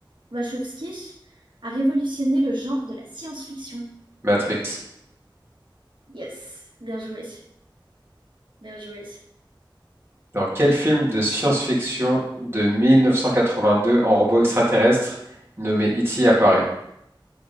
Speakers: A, on the right; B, on the right.
A: Wachowski a révolutionné le genre de la science-fiction?
B: Matrix.
A: Yes, bien joué, bien joué.
B: Dans quel film de science-fiction
A: Vas-y.
B: de 1982 en robot extraterrestre nommé E.T. apparaît?